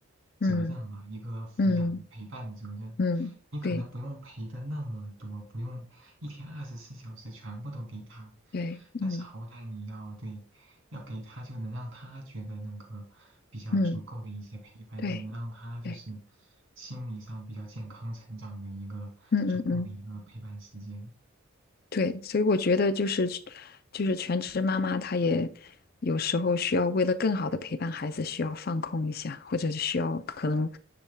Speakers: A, on the right; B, on the left.
A: 责任吧，
B: 嗯
A: 一个抚养陪伴的责任。
B: 嗯嗯，
A: 你可能不用陪的那么多，
B: 对
A: 不用一天二十四小时全部都给他，
B: 对，
A: 但是好歹你要对。
B: 嗯
A: 要给他就能让他觉得那个比较足够的一些陪伴，
B: 嗯对
A: 就能让他就是
B: 对，
A: 心理上比较健康成长的一个足够的一个陪伴时间。
B: 嗯嗯嗯。对，所以我觉得就是就是全职妈妈，她也有时候需要为了更好的陪伴孩子，需要放空一下，或者是需要可能，